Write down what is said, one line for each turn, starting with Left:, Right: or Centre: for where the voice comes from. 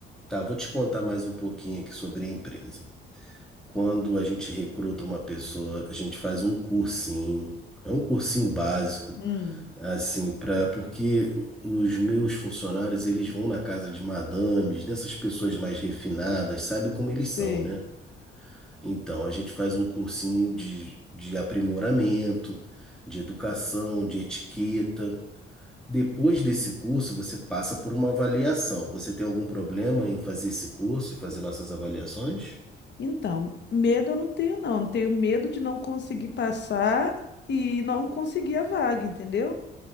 Centre: Tá, vou te contar mais um pouquinho aqui sobre a empresa. Quando a gente recruta uma pessoa, a gente faz um cursinho, é um cursinho básico,
Left: Hum,
Centre: assim, para porque os meus funcionários, eles vão na casa de madames, dessas pessoas mais refinadas, sabe como eles são,
Left: sei.
Centre: né? Então, a gente faz um cursinho de, de aprimoramento, de educação, de etiqueta. Depois desse curso, você passa por uma avaliação. Você tem algum problema em fazer esse curso e fazer nossas avaliações?
Left: Então, medo eu não tenho, não. Eu tenho medo de não conseguir passar e não conseguir a vaga, entendeu?